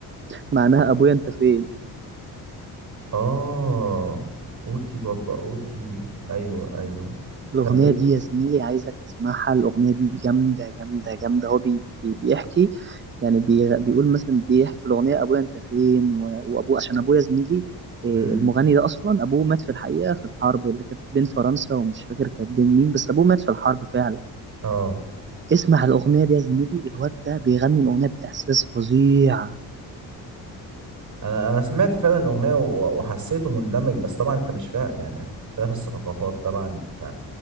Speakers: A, on the right (about 30°); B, on the right (about 50°).
A: معناها ابويا انت فين
B: اه اوتي بابا اوتي ايوه ايوه
A: الأغنية
B: طب ايه
A: دي يا زميلي عايزك تسمعها الأغنية دي جامدة جامدة جامدة هو بي بي- بيحكي يعني بي بيقول مثلا بيحكي في الأغنية أبويا أنت فين و- وأبوه عشان أبويا زميلي إيه،
B: امم
A: المغني ده أصلا أبوه مات في الحقيقة في الحرب اللي كانت بين فرنسا ومش فاكر كانت بين مين بس أبوه مات في الحرب فعلا
B: اه
A: اسمع الأغنية دي يا زميلي الواد ده بيغني الأغنية بإحساس فظيع
B: انا انا سمعت فعلا الاغنيه و- وحسيته مندمج بس طبعا انت مش فاهم يعني اختلاف الثقافات طبعا ف